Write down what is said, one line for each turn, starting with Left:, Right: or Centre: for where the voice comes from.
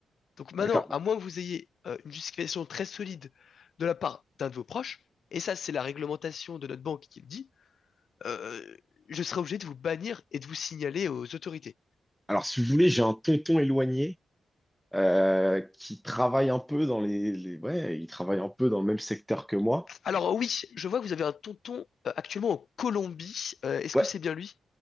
Left: Donc maintenant,
Centre: d'accord.
Left: à moins que vous ayez euh, une justification très solide de la part d'un de vos proches, et ça, c'est la réglementation de notre banque qui le dit, euh, je serai obligé de vous bannir et de vous signaler aux autorités.
Centre: Alors, si vous voulez, j'ai un tonton éloigné euh, qui travaille un peu dans les, les- Ouais, il travaille un peu dans le même secteur que moi.
Left: Alors oui, je vois que vous avez un tonton euh, actuellement en Colombie. Euh, est-ce
Centre: Ouais,
Left: que c'est bien lui?